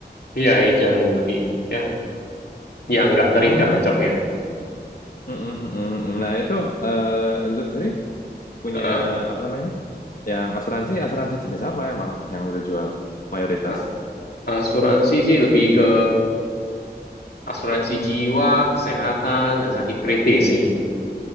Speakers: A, on the left; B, on the left.
A: Iya, agent lebih ya, ya nggak
B: Hmm,
A: terikat lah jobnya.
B: mm, mm, mm, mm. mm. Nah itu eh lu sendiri punya
A: Heeh.
B: apa namanya? Yang asuransi, asuransi jenis apa emang yang lu jual mayoritas?
A: A- Asuransi sih lebih ke asuransi jiwa, kesehatan dan sakit kritis sih.